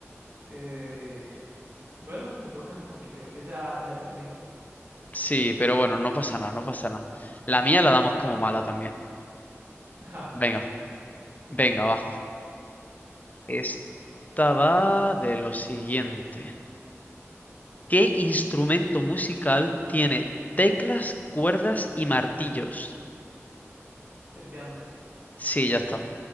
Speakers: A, on the right; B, on the left.
A: Eh, bueno, me toca, aunque creo que ya, ya perdí. <laughs>
B: Sí, pero bueno, no pasa nada, no pasa nada. La mía la damos como mala también.
A: Ja, ok.
B: Venga, venga, va. Esta va de lo siguiente. ¿Qué instrumento musical tiene teclas, cuerdas y martillos?
A: El piano,
B: Sí, ya está.